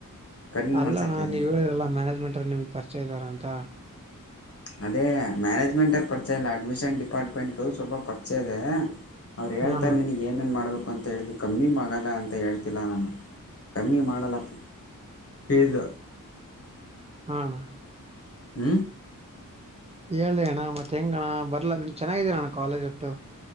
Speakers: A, on the left; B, on the right.
A: ಕಡಿಮೆ
B: ಅಲ್ಲಣ್ಣಾ
A: ಮಾಡ್ಸೋಕ್ಕೆ
B: ನೀವ ಹೇಳಿರಲ್ಲ ಮ್ಯಾನೇಜ್ಮೆಂಟ್ ನಿಮ್ಗೆ ಪರ್ಚೆ ಇದಾರ ಅಂತ.
A: ಅದೇ ಮ್ಯಾನೇಜ್ಮೆಂಟರ್ ಪರಿಚಯ ಇಲ್ಲಾ ಅಡ್ಮಿಷನ್ ಡಿಪಾರ್ಟ್ಮೆಂಟ್ ಸ್ವಲ್ಪ ಪರಿಚಯ ಇದೆ. ಅವರ ಹೇಳ್ತಾರ
B: ಹಾ ಅಣ್ಣ
A: ನಿನಿಗ. ಏನೇನು ಮಾಡಬೇಕು ಅಂತ ಹೇಳಿದು ಕಮ್ಮಿ ಮಾಡಲ್ಲಾ ಅಂತ ಹೇಳ್ತಿಲ್ಲಾ ನಾನು ಕಮ್ಮಿ ಮಾಡಲ್ಲಾ. ಪಿಜ್.
B: ಹಾ ಅಣ್ಣಾ.
A: ಹು
B: ಹೇಳಿ ಅಣ್ಣಾ ಮತ್ತೆ ಹೆಂಗ ಅಣ್ಣಾ ಬರ್ಲಾ ಚೆನ್ನಾಗಿದೆ ಅಣ್ಣಾ ಕಾಲೇಜ್ ಒಟ್ಟು.